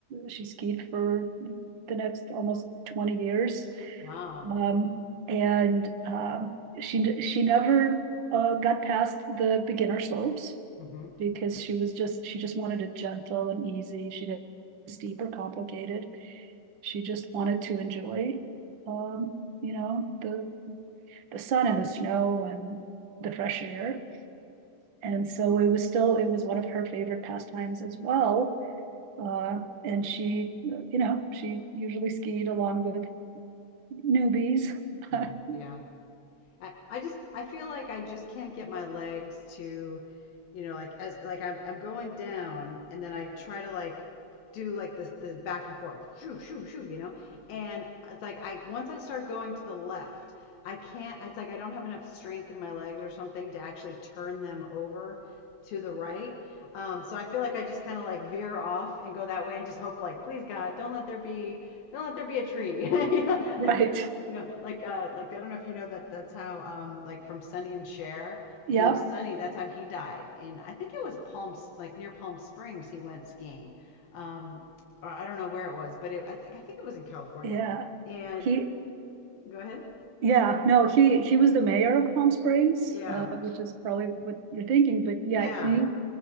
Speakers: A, on the right; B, on the left.
A: she skied for the next almost twenty years,
B: Wow.
A: um, and um, she she never uh, got past the beginner slopes
B: Mm-hmm.
A: because she was just she just wanted it gentle and easy. She didn't steep or complicated. She just wanted to enjoy, um, you know, the the sun and the snow and the fresh air. And so it was still, it was one of her favorite pastimes as well. Uh, and she, you know, she usually skied along with newbies.
B: Yeah,
A: <laughs>
B: yeah. I, I just I feel like I just can't get my legs to, you know, like as like I'm I'm going down and then I try to like do like this the back and forth, shoo shoo shoo, you know. And it's like I once I start going to the left, I can't. It's like I don't have enough strength in my legs or something to actually turn them over to the right. Um, so I feel like I just kind of like veer off and go that way and just hope like, please God, don't let there be don't let there be a tree. <laughs> You know,
A: Right.
B: like you know, like uh like I don't know if you know that that's how um like from Sonny and Cher,
A: Yep.
B: the Sonny, that's how he died in I think it was Palm like near Palm Springs he went skiing. Um or I don't know where it was, but it, I think I think it was in California.
A: Yeah.
B: And
A: He,
B: go ahead.
A: yeah, no, he he was the mayor of Palm Springs,
B: Yeah.
A: uh, which is probably what you're thinking, but yeah,
B: Yeah.
A: he